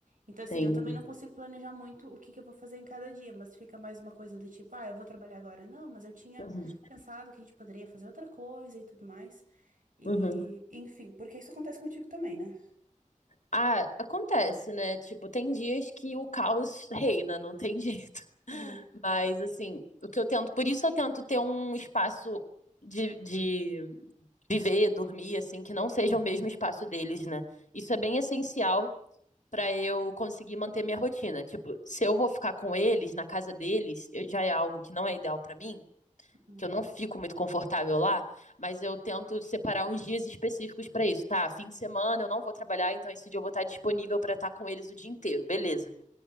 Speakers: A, on the right; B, on the left.
A: Então, assim,
B: entendo.
A: eu também não consigo planejar muito o que que eu vou fazer em cada dia, mas fica mais uma coisa do tipo, ah, eu vou trabalhar agora. Não, mas eu tinha
B: Uhum,
A: pensado que a gente poderia fazer outra coisa e tudo mais. E,
B: uhum.
A: enfim, porque isso acontece contigo também, né?
B: Ah, acontece, né? Tipo, tem dias que o caos reina, não tem jeito. <laughs>
A: Uhum,
B: Mas, assim, o que eu tento. Por isso eu tento ter um espaço de, de viver, dormir, assim, que não seja o mesmo espaço deles, né? Isso é bem essencial pra eu conseguir manter minha rotina. Tipo, se eu vou ficar com eles, na casa deles, eu- já é algo que não é ideal pra mim
A: uhum,
B: que eu não fico muito confortável lá, mas eu tento separar uns dias específicos para isso, tá? Fim de semana eu não vou trabalhar, então esse dia eu vou estar disponível para estar com eles o dia inteiro, beleza.